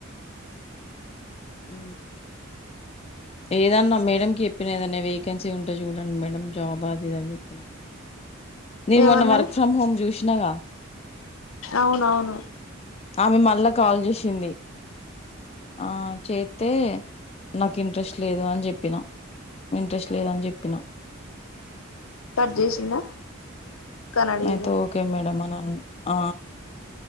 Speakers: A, on the left; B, on the left.
A: ఆ ఏదన్నా మేడంకి చెప్పినా ఏదన్న వేకెన్సీ ఉంటే చూడండి మేడం జాబ్ అది ఇదని చెప్పినా నేను
B: ఏమన్నది
A: మొన్న వర్క్ ఫ్రమ్ హోమ్ చూసినాగా
B: అవునవును
A: ఆమె మళ్ళా కాల్ చేసింది ఆ చేస్తతే నాకు ఇంట్రెస్ట్ లేదు అని చెప్పినా ఇంట్రెస్ట్ లేదని చెప్పిన
B: కట్ చేసిందా అడిగిందా
A: అతే ఒకే మేడం అని అన్న